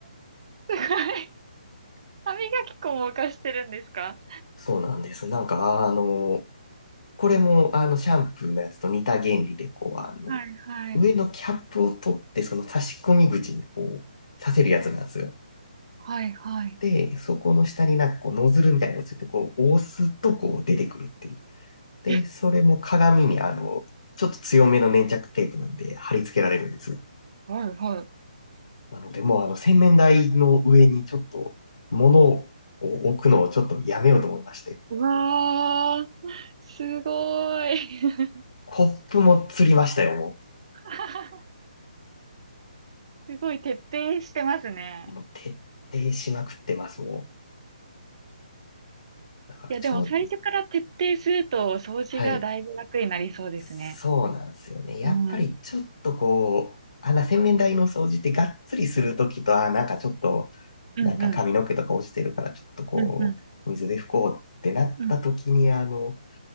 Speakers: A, on the right (about 40°); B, on the left (about 60°).
A: すごい。歯磨き粉も浮かしてるんですか
B: そうなんです。なんか、あの、これもあの、シャンプーのやつと似た原理で、こう、あの、
A: はいはい。
B: 上のキャップを取って、その差し込み口にこう、させるやつなんですよ。
A: はいはい。
B: で、そこの下になんかこうノズルみたいなのがついて、こう押すとこう出てくるっていう。で、
A: え、
B: それも鏡にあの、ちょっと強めの粘着テープなんで貼り付けられるんです。
A: はいはい。
B: なので、もうあの洗面台の上にちょっと物を置くのをちょっとやめようと思いまして。
A: うわー、すごい。
B: コップも釣りましたよ、も
A: <laughs> すごい徹底してますね。
B: う。もう徹底しまくってます、もう。だからちょ、
A: いや、でも最初から徹底すると掃除がだいぶ楽になりそうですね。
B: はい。そうなんですよね。やっぱりちょっとこう、
A: うん。
B: あんな洗面台の掃除ってがっつりするときと、あー、なんかちょっと、
A: うんうん。
B: なんか髪の毛とか落ちてるからちょっとこう、
A: うんうん。
B: 水で拭こうってなったときに、
A: うん。
B: あの、